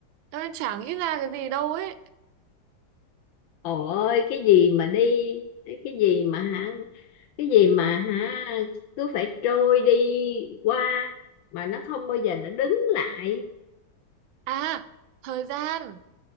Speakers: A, on the right; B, on the left.
A: Ơi, chẳng nghĩ ra cái gì đâu ấy.
B: Ôi, cái gì mà đi, cái gì mà hả, cái gì mà hả, cứ phải trôi đi qua mà nó không bao giờ nó đứng lại.
A: À, thời gian.